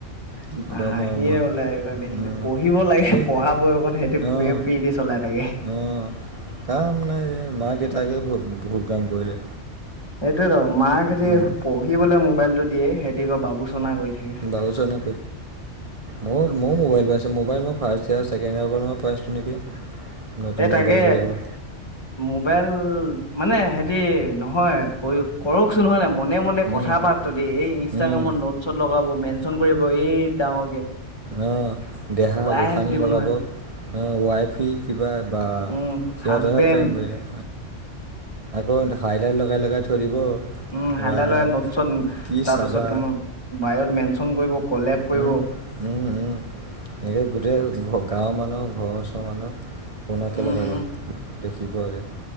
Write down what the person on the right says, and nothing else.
কি ক'ম
আৰু মই।
উম,
ধেত
অ',
অ'। কাম নাই যে, মাক কেইটাকে বুত ভুল কাম কৰিলে।
উম,
বাবো চনা, মোৰ ম মোবাইল পাইছে মোবাইল মই ফাৰ্ষ ইয়াৰছেকেণ্ অ, পাইিছোঁ নেকি। নতুন
মোবাইল বুলি কিবা
উম,
উম,
অহ, দেহা,
গোসানি
লগাব
আহ ৱাই ফি কিবা বা
সিহঁতৰহে
পাৰিম বুলি। আকৌ হাইলাইট লগাই লগাই থৈ দিব।
ৰাম
কি
চাবা
উম, উম, উম, এই গোটেই। গাঁৱৰ মানুহক ঘৰৰ ওচৰৰ মানুহ কোোনাকে
লগাব
দেখিবাগৈ।